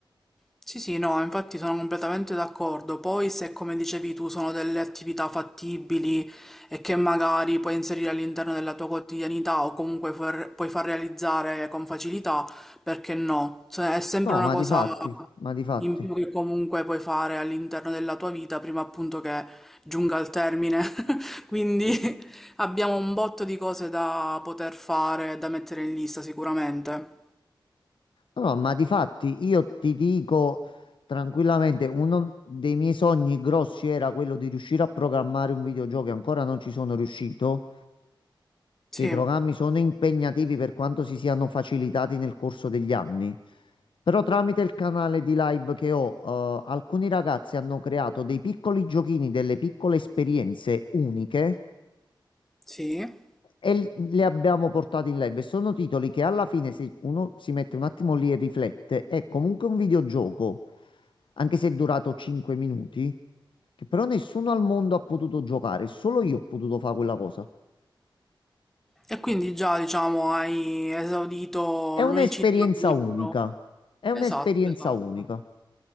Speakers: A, in the centre; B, on the left (about 70°).
A: Sì, sì, no, infatti sono completamente d'accordo. Poi se, come dicevi tu, sono delle attività fattibili e che magari puoi inserire all'interno della tua quotidianità o comunque far- puoi far realizzare con facilità, perché no? Cioè, è sempre
B: No,
A: una
B: ma
A: cosa
B: di fatti, ma di fatti.
A: in più che comunque puoi fare all'interno della tua vita prima appunto che giunga al termine. <laughs> Quindi <laughs> abbiamo un botto di cose da poter fare e da mettere in lista sicuramente.
B: No, no, ma di fatti io ti dico tranquillamente, uno dei miei sogni grossi era quello di riuscire a programmare un videogioco e ancora non ci sono riuscito.
A: Sì,
B: che i programmi sono impegnativi per quanto si siano facilitati nel corso degli anni. Però tramite il canale di live che ho, eh, alcuni ragazzi hanno creato dei piccoli giochini, delle piccole esperienze uniche
A: sì.
B: e l- le abbiamo portate in live. E sono titoli che alla fine, se uno si mette un attimo lì e riflette, è comunque un videogioco, anche se è durato 5 minuti, che però nessuno al mondo ha potuto giocare, solo io ho potuto fare quella cosa.
A: E quindi già, diciamo, hai esaurito
B: È
A: l'unicità
B: un'esperienza
A: del libro.
B: unica, è un'esperienza
A: Esatto, esatto.
B: unica.